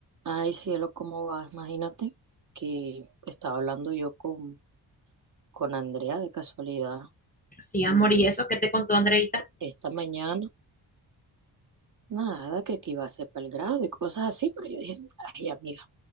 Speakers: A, on the right; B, on the left.
A: Ay, cielo, ¿cómo vas? Imagínate que estaba hablando yo con, con Andrea de casualidad
B: Sí,
A: y
B: amor, y eso que te contó Andreita.
A: esta mañana, nada, que aquí iba a ser para el grado y cosas así, pero yo dije, ay, amiga,